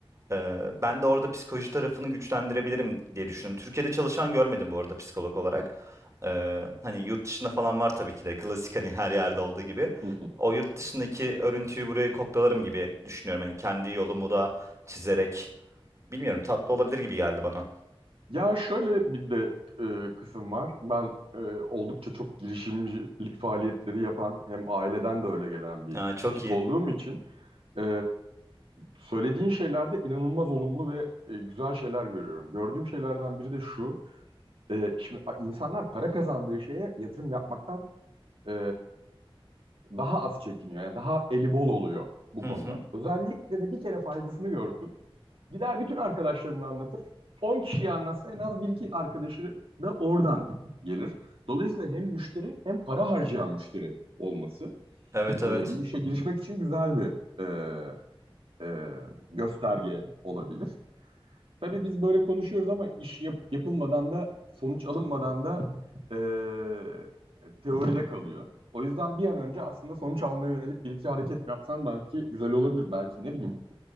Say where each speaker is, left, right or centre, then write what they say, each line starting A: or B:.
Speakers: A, on the right; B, on the right.
A: Ee, ben de orada psikoloji tarafını güçlendirebilirim diye düşündüm. Türkiye'de çalışan görmedim bu arada psikolog olarak. Ee, hani yurt dışında falan var tabii ki de klasik hani her yerde olduğu gibi.
B: <laughs>
A: O yurt dışındaki örüntüyü buraya kopyalarım gibi düşünüyorum. Hani kendi yolumu da çizerek bilmiyorum tatlı olabilir gibi geldi bana.
B: Ya şöyle bir de e, kısım var. Ben e, oldukça çok girişimcilik faaliyetleri yapan hem aileden de öyle gelen bir
A: Aa, çok
B: tip
A: iyi.
B: olduğum için e, söylediğin şeylerde inanılmaz olumlu ve e, güzel şeyler görüyorum. Gördüğüm şeylerden biri de şu. E, şimdi insanlar para kazandığı şeye yatırım yapmaktan e, daha az çekiniyor. Yani daha eli bol oluyor bu
A: Hı
B: konuda.
A: hı.
B: Özellikle de bir kere faydasını görsün. Gider bütün arkadaşlarını anlatır. 10 kişiyi anlatsa en az bir iki arkadaşı da oradan gelir. Dolayısıyla hem müşteri hem para harcayan müşteri olması
A: Evet evet.
B: e, bir işe girişmek için güzel bir e, e, gösterge olabilir. Tabii biz böyle konuşuyoruz ama iş yap- yapılmadan da sonuç alınmadan da eee, teoride kalıyor. O yüzden bir an önce aslında sonuç almaya yönelik bir iki hareket yapsan belki güzel olabilir. Belki ne bileyim